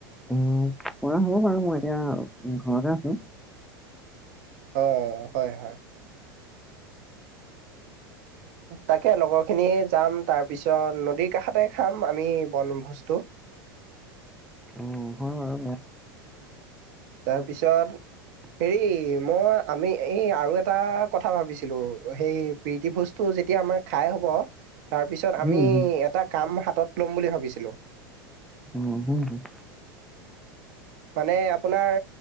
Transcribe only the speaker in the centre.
অ', পৰা হ'ব বাৰো মই এতিয়া ঘৰতে আছো।
উম, হয় বাৰু।
উম হুম
উম, হুম, <unintelligible>